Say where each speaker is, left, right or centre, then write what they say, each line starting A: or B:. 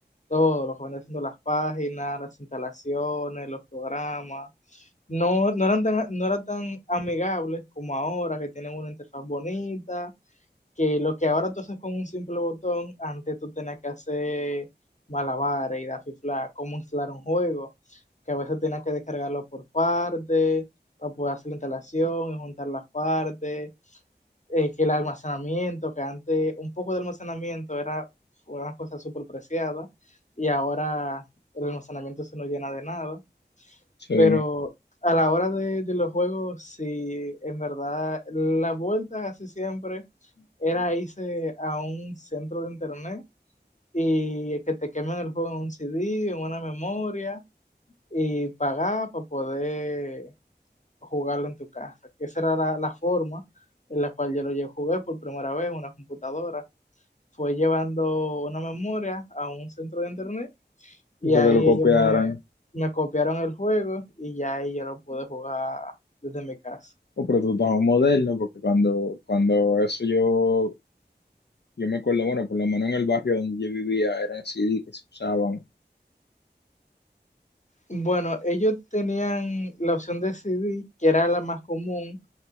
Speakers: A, on the left; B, on the left.
A: Todo lo que venía haciendo las páginas, las instalaciones, los programas. No, no, eran tan, no eran tan amigables como ahora, que tienen una interfaz bonita, que lo que ahora tú haces con un simple botón, antes tú tenías que hacer malabares y dafifla, cómo instalar un juego, que a veces tenías que descargarlo por partes, para poder hacer la instalación y juntar las partes, eh, que el almacenamiento, que antes un poco de almacenamiento era una cosa súper preciada y ahora el almacenamiento se nos llena de nada,
B: Sí,
A: pero
B: y
A: a la hora de, de los juegos, sí, en verdad, las vueltas casi siempre era irse a un centro de internet y que te quemen el juego en un CD, en una memoria y pagar para poder jugarlo en tu casa. esa era la, la forma en la cual yo lo jugué por primera vez en una computadora. Fue llevando una memoria a un centro de internet y
B: que te
A: ahí
B: lo copiaran.
A: ellos me, me copiaron el juego y ya ahí yo lo pude jugar desde mi casa.
B: Oh, pero tú estabas moderno, porque cuando, cuando eso yo Yo me acuerdo, bueno, por lo menos en el barrio donde yo vivía eran CD que se usaban.
A: Bueno, ellos tenían la opción de CD, que era la más común